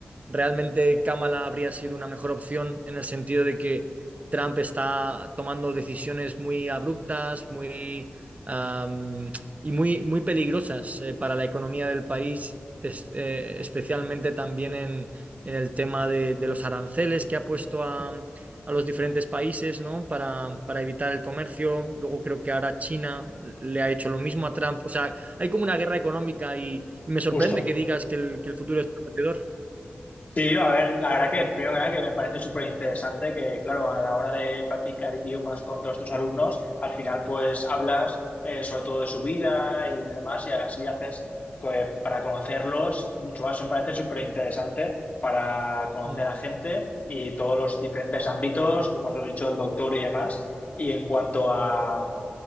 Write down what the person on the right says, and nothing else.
realmente Kamala habría sido una mejor opción en el sentido de que Trump está tomando decisiones muy abruptas, muy um, y muy, muy peligrosas eh, para la economía del país, es, eh, especialmente también en, en el tema de, de, los aranceles que ha puesto a, a los diferentes países ¿no? para, para evitar el comercio. Luego creo que ahora China le ha hecho lo mismo a Trump. O sea, hay como una guerra económica y, y me sorprende
que digas que el, que el futuro es prometedor.
Mm.